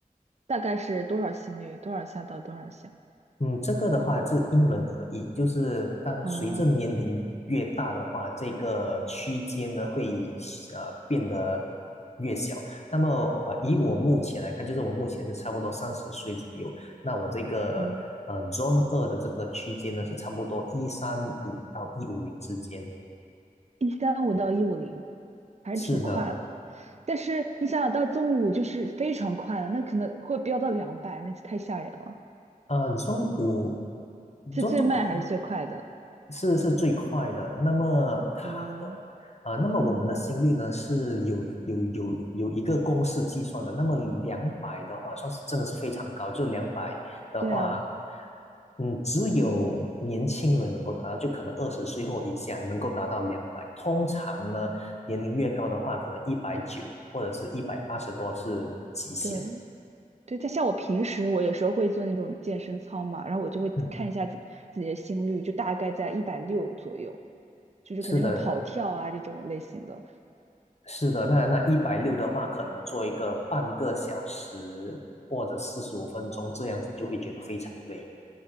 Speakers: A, on the right; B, on the left.
A: 大概是多少心率？多少下到多少下？
B: 嗯，这个的话是因人而异，就是当随着年龄越大的话，
A: 哦，
B: 这个区间呢会呃变得越小。那么呃，以我目前来看，就是我目前是差不多三十岁左右，那我这个呃
A: 嗯，
B: Zone 二的这个区间呢是差不多一三五到一五零之间。
A: 一三五到一五零，还是挺快了。
B: 是的，
A: 但是你想想到中午就是非常快了，那可能会飙到两百，那就太吓人了。
B: 呃，Zone 五，Zone
A: 是最慢还是最快的？
B: 五。是是最快的。那么它的呃，
A: 哦，
B: 那么我们的心率呢是有有有有一个公式计算的。那么两百的话，算是真的是非常高，就是两百的话，
A: 对啊，
B: 嗯，只有年轻人能够达到，就可能二十岁或以下能够达到两百。通常呢，年龄越高的话，可能一百九或者是一百八十多是极限。
A: 对，对，但像我平时我有时候会做那种健身操嘛，然后我就会看一下自自己的心率，
B: 嗯，
A: 就大概在一百六左右，就是肯定有跑跳啊这种类型的。
B: 是的，是的，那那一百六的话，可能做一个半个小时或者四十五分钟这样子，就会觉得非常累。